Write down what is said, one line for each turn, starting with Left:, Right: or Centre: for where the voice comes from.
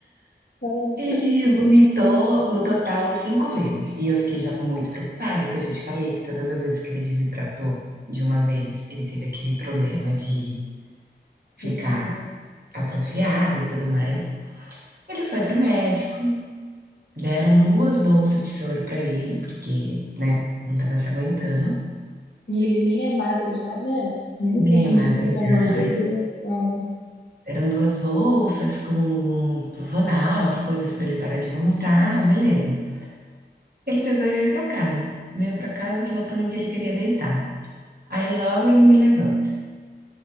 Left: Ah,
Right: Ele vomitou no total cinco vezes. E eu fiquei já muito preocupada, que eu já te falei que todas as vezes que ele desidratou de uma vez, ele teve aquele problema de ficar
Left: Meu filho.
Right: atrofiado e tudo mais. Ele foi pro médico, deram duas bolsas de soro pra ele, porque, né, não tava se aguentando.
Left: E ele nem é magro já, né? Nem
Right: Bem
Left: tem
Right: magro
Left: tanta gordura.
Right: já.
Left: Ah,
Right: Eram 2 bolsas com um Vanal, as coisas pra ele parar de vomitar, ah, beleza. Ele pegou e veio pra casa. Veio pra casa, falou pra mim que ele queria deitar. Aí logo ele me levanta.